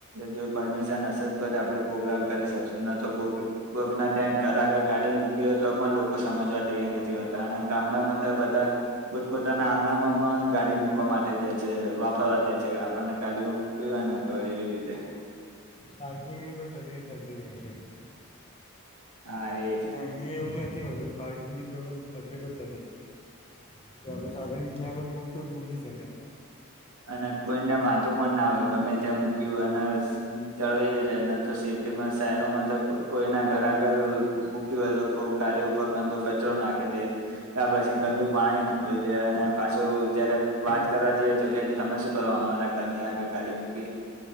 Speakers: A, on the right; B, on the left.
A: જો પરમિશન હશે તો જ આપડે પોગરામ કરી શકશું. ન તો પોગ કોઈકના ત્યાં ઘર આગળ ગાડી મૂકી હોય તો પણ લોકો સમજવા તૈયાર નથી હોતા. અને ગામડામાં તો બધા પોતપોતાના આંગણામાં પણ ગાડી મૂકવા માટે દે છે, વાપરવા દે છે. આપણને ગાડીઓ મૂકવી હોયને તો એવી રીતે
B: પાર્કિંગની બી તકલીફ થતી હોય છે.
A: હા એજ
B: અને અહીયાં એવું નથી હોતું, પાર્કિંગની કોઈ પન તકલીફ જ થતી નથી. ત્યાં આપણે સાધન ક્યાં પણ મૂકવુ હોય ત મૂકી સકાય.
A: અને કોઈને વાંધો પણ ના હોય. ગમે ત્યાં મક્યું અને જળવાઈ રે ન તો સિટીમાં શહેરોમાં તો કો કોઈના ઘર આગળ મૂક્યુ હોય તો કોક ગાડી ઉપર ગંદો કચરો નાખી દે, તાર પછી ગં દુ પાણી ઢોળી દે અને પાછું જયારે વાત કરવા જઈએ તો કે તમે શું કરવા અમારા ઘરની આગળ ગાડી મૂકી